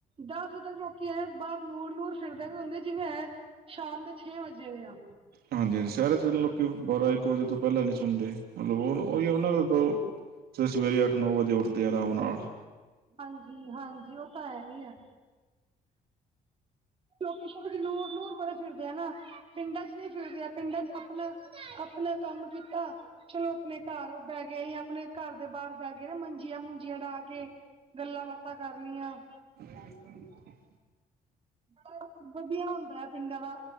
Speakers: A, on the right; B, on the right.
A: ਦਸ ਵਜੇ ਤੱਕ ਲੋਕੀਂ ਐਂ ਬਾਰ ਲੂਰ-ਲੂਰ ਫਿਰਦੇ ਪੇ ਹੁੰਦੇ ਜਿਵੇਂ ਐ ਸ਼ਾਮ ਦੇ ਛੇ ਵਜੇ ਵੇ ਆ।
B: ਹਾਂਜੀ-ਹਾਂਜੀ ਸ਼ੈਰ ਚ ਲੋਕੀ ਬਾਰਾਂ-ਇੱਕ ਵਜੇ ਤੋਂ ਪੈਲਾਂ ਨੀ ਸੋਂਦੇ। ਮਤਲਬ ਓ-ਓਹੀ ਓਨਾਂ ਦਾ ਤੋ ਫੇ ਸਵੇਰੇ ਅੱਠ-ਨੌ ਵਜੇ ਉੱਠਦੇ ਆ ਆਰਾਮ ਨਾਲ।
A: ਹਾਂਜੀ-ਹਾਂਜੀ! ਓ ਤਾਂ ਹੈ ਈ ਐ। ਲੋਕੀ ਸ਼ੈਰ ਚ ਲੂਰ-ਲੂਰ ਬੜੇ ਫਿਰਦੇ ਆ ਨਾ, ਪਿੰਡਾਂ ਚ ਨੀ ਫਿਰਦੇ ਆ। ਪਿੰਡਾਂ ਚ ਆਪਣਾ ਆਪਣਾ ਕੰਮ ਕੀਤਾ ਚਲੋ ਆਪਣੇ ਘਰ ਪੈ ਗੇ ਯਾ ਆਪਣੇ ਘਰ ਦੇ ਬਾਰ ਪੈ ਗੇ ਨਾ ਮੰਜੀਆਂ-ਮੁੰਜੀਆਂ ਡਾ ਕੇ। ਗੱਲਾਂ-ਬਾਤਾਂ ਕਰ ਲੀਆਂ।
B: <inaudible>
A: ਬ ਵਧੀਆ ਹੁੰਦੈ ਪਿੰਡਾਂ ਦਾ